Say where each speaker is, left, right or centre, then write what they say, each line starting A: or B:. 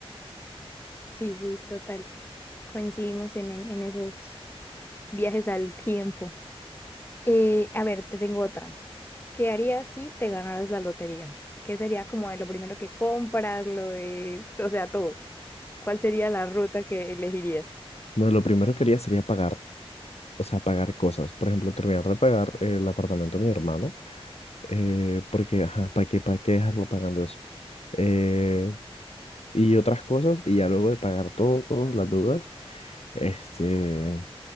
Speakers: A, on the left; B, on the left.
A: Sí, sí, total. Coincidimos en, en, en esos viajes al tiempo. Eh, a ver, te tengo otra. ¿Qué harías si te ganaras la lotería? ¿Qué sería como de lo primero que compras, lo de, o sea, todo? ¿Cuál sería la ruta que elegirías?
B: No, lo primero que haría sería pagar, o sea, pagar cosas. Por ejemplo, terminar de pagar el apartamento de mi hermano, eh, porque, ajá, ¿para qué, para qué dejarlo pagando eso? Eh, y otras cosas, y ya luego de pagar todo, todas las deudas, este,